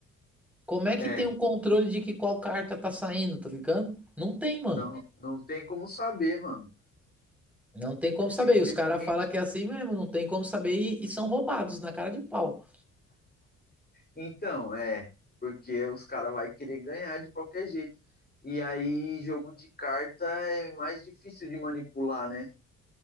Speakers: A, in the centre; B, on the left.
A: Como é que
B: É,
A: tem um controle de que qual carta tá saindo, tá ligado? Não tem, mano.
B: não, não tem como saber, mano.
A: Não tem como
B: É
A: saber.
B: simplesmente
A: E os caras falam que é assim mesmo, não tem como saber e, e são roubados na cara de pau.
B: Então, é, porque os caras vai querer ganhar de qualquer jeito. E aí, jogo de carta é mais difícil de manipular, né?